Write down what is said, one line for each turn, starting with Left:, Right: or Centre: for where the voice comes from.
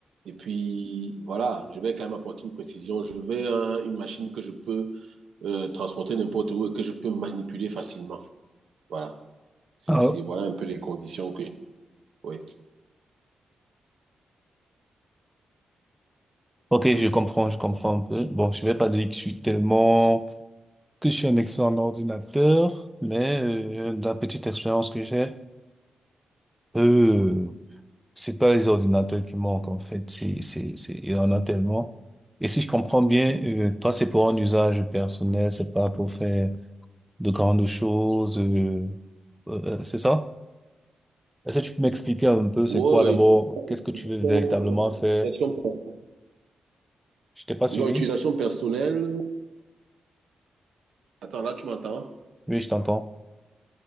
Right: Et puis, voilà, je vais quand même apporter une précision. Je veux un- une machine que je peux euh, transporter n'importe où et que je peux manipuler facilement. Voilà. C'est,
Centre: Ah,
Right: c'est, voilà un peu les conditions que j'ai. Ouais.
Centre: ok, je comprends, je comprends un peu. Bon, je vais pas dire que je suis tellement, que je suis un expert en ordinateur, mais euh, dans la petite expérience que j'ai, euh, c'est pas les ordinateurs qui manquent, en fait. C'est, c'est, c'est, il y en a tellement. Et si je comprends bien, euh, toi, c'est pour un usage personnel, c'est pas pour faire de grandes choses, euh, euh, euh, c'est ça? Est-ce que tu peux m'expliquer un peu c'est
Right: Ouais,
Centre: quoi d'abord? Qu'est-ce que tu
Right: utilisation
Centre: veux véritablement faire?
Right: utilisation personnelle.
Centre: Je t'ai pas suivi?
Right: Donc, utilisation personnelle. Attends, là, tu m'entends?
Centre: Oui, je t'entends.